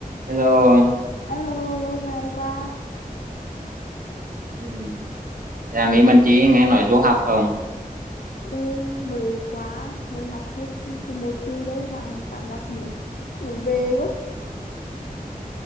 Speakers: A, on the right; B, on the left.
A: Hello,
B: Alo, lâu ngày quá.
A: ừ. dạ Lý Minh Chí nghe nói du học không?
B: Ừ, mới quá, mới học hết cái một kỳ đấy mà cảm giác muốn muốn về quá.